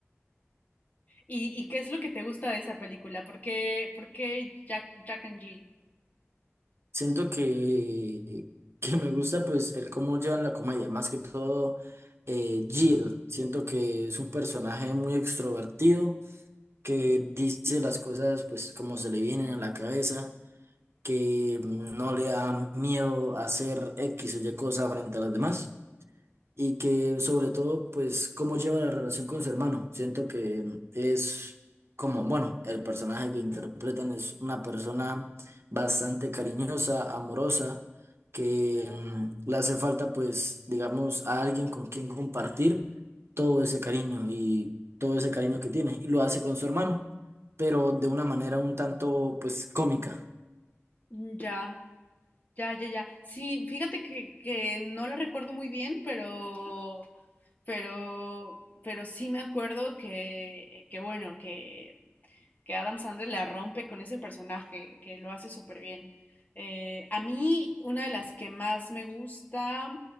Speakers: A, on the left; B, on the right.
A: ¿Y, y qué es lo que te gusta de esa película? ¿Por qué, por qué Jack, Jack and Jill?
B: Siento que, que me gusta pues el cómo llevan la comedia, más que todo eh, Jill, siento que es un personaje muy extrovertido que dice las cosas pues como se le vienen a la cabeza, que no le da miedo hacer X o Y cosa frente a las demás y que sobre todo, pues, cómo lleva la relación con su hermano. Siento que es como, bueno, el personaje que interpretan es una persona bastante cariñosa, amorosa, que mm, le hace falta, pues, digamos, a alguien con quien compartir todo ese cariño y todo ese cariño que tiene, y lo hace con su hermano, pero de una manera un tanto, pues, cómica.
A: Ya. Ya, ya, ya. Sí, fíjate que, que no la recuerdo muy bien, pero, pero, pero sí me acuerdo que, que bueno, que que Adam Sandler la rompe con ese personaje, que lo hace súper bien. Eh, a mí, una de las que más me gusta